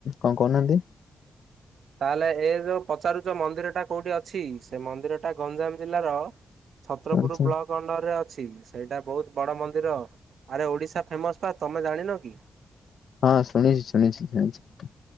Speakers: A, on the left; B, on the right.
A: କଣ କହୁନାହାନ୍ତି?
B: ତାହେଲେ ଏ ଯୋଉ ପଚାରୁଛ ମନ୍ଦିର ଟା କୋଉଠି ଅଛି? ସେ ମନ୍ଦିରଟା ଗଞ୍ଜାମ ଜିଲ୍ଲାର ଛତ୍ରପୁର
A: ଆଚ୍ଛା
B: ବ୍ଲକ। ଅଣ୍ଡରେ ଅଛି। ସେଇଟା ବହୁତ ବଡ ମନ୍ଦିର ଆରେ ଓଡିଶା ଫେମସ ବା ତମେ ଜାଣିନ କି?
A: ହଁ ଶୁଣିଛି ଶୁଣିଛି ଶୁଣିଛି